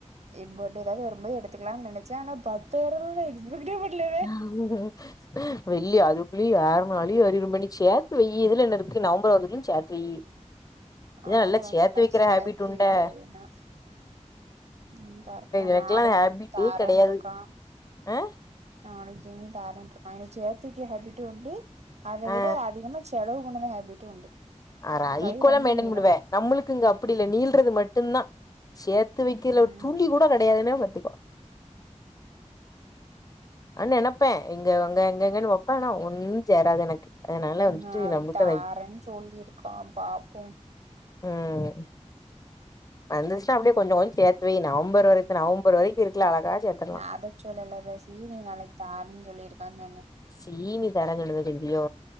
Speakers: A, on the right; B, on the left.
A: இப்போட்டு ஏதாவ்து வரும்போது எடுத்துக்லான் நெனச்ச ஆனா பத்தாயிர <unintelligible> விக்டி பட்ல
B: யாஹுஹும் வெள்ளிய அதுக்குள்ளய யார்னாலளயு அறிவுறும்பண்ணி சேர்த்து வையி இதுல என்ன இருக்கு நவம்பர் வர்ரதுக்குள்ளயு சேர்த்து து வையி
A: அவ்ளோதா
B: நல்லா சேர்த்து வைக்கிற
A: சேத்து
B: ஹேபிட் உண்டா
A: வைடா அப்டின்னா ம் கரெக்ட் தா
B: எனக்கெல்லா
A: நாளைக்கு
B: ஹேபிட்டே
A: சீட் தாரேன்ருக்கா
B: கெடையாது ஆ
A: நாளைக்கு செயின் தாரேன்ருக்கா எனக்கு சேத்துவக்கிற ஹாபிட் உண்டு அத
B: ஆ
A: விட அதிகமா செலவு பண்ணுத ஹபிட்டு உண்டு
B: அட
A: கை
B: ஈக்குவலா
A: ரொம்ப
B: மெயின்டன்
A: நீளு
B: பண்ணுவ நம்மளுக்கு இங்க அப்டி இல்ல நீள்றது மட்டுந்தா சேத் து வைக்கல
A: ம்
B: ஒரு துளி கூட கெடையாதுன்னா பாத்துக்கோ அண் நெனப்பே இங்க உங்க எங்க எங்கன்னு வைப்பேனா ஒன்னு சேராது எனக்கு அதனால வந்துட்டு
A: நாளைக்கு
B: நம்மளுக்கு
A: தாரேன்னு
B: அத
A: சொல்லிருக்கா பாப்போம்
B: ம் வந்துச்ன்னா அப்டியே கொஞ்சோ கொஞ்சோ சேர்த்துவை நவம்பர் வரைக்கு நவம்பர் வரைக்கு இருக்குல அழகா சேத்தர்லா
A: நா அத சொல்லல இப்ப சீனு நாளைக்கு தாரன்னு சொல்லிருக்கான்னு சொன்ன
B: சீனு தரேன்னு சொன்னத சொன்னிடியோ